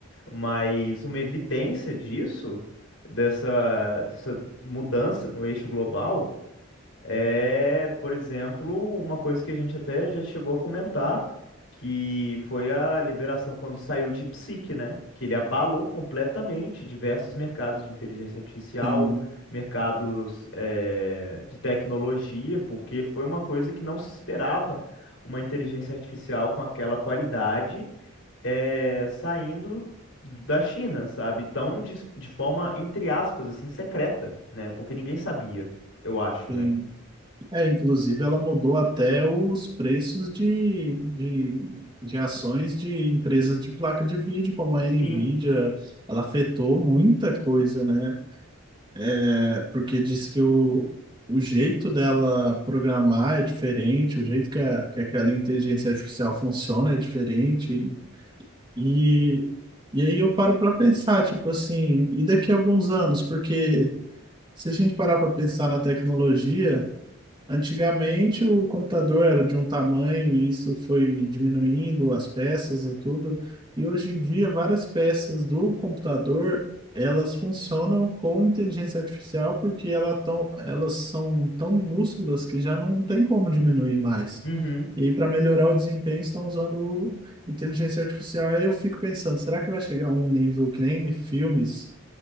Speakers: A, on the left (about 65°); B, on the right (about 20°).
A: Mas uma evidência disso, dessa, dessa mudança no eixo global. é, por exemplo, uma coisa que a gente até já chegou a comentar, que foi a liberação quando saiu de DeepSeek, né? Que ele abalou completamente diversos mercados de inteligência artificial,
B: Sim,
A: mercados, eh, de tecnologia, porque foi uma coisa que não se esperava uma inteligência artificial com aquela qualidade, eh, saindo da China, sabe? Tão de, de forma, entre aspas, assim, secreta, né? Porque ninguém sabia, eu acho,
B: sim.
A: né?
B: É, inclusive ela mudou até os preços de, de, de ações de empresas de placa de vídeo, como a Nvidia,
A: Sim.
B: ela afetou muita coisa, né? É, porque diz que o, o jeito dela programar é diferente, o jeito que, a, que aquela inteligência artificial funciona é diferente. E, e aí eu paro para pensar, tipo assim, e daqui a alguns anos? Porque se a gente parar para pensar na tecnologia Antigamente o computador era de um tamanho e isso foi diminuindo as peças e tudo. E hoje em dia várias peças do computador elas funcionam com inteligência artificial porque ela tão, elas são tão minúsculas que já não tem como diminuir mais.
A: Uhum.
B: E para melhorar o desempenho estão usando inteligência artificial. Aí eu fico pensando, será que vai chegar a um nível que nem em filmes